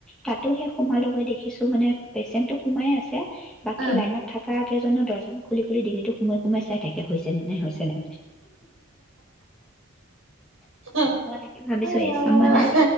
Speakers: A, in the centre; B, on the right.
A: তাত তো সে সোমালোগে দেখিছো মানে, পেচেণ্টটো সোমায়ে আছে বাকী
B: উম
A: লাইনত থকা কেইজনে দ খুলি খুলি ডিঙিটো সুমোৱাই সুমুৱাই চাই থাকে, হৈছে নে নাই, হৈছে নাই
B: উম
A: মই তাকে ভাবিছো
B: আহ
A: এই চাম মানে